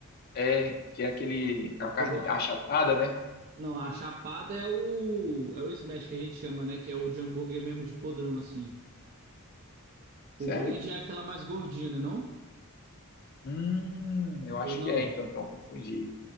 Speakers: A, on the left; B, on the right.
A: É, que é aquele, aquela carne
B: Tu go...
A: achatada, né?
B: Não, a chapada é o é o smash que a gente chama, né? Que é o de hambúrguer mesmo de podrão, assim. O
A: Sério?
B: blend é aquela mais gordinha, né, não?
A: Hum, eu acho
B: Ou não?
A: que é, então, então eu confundi.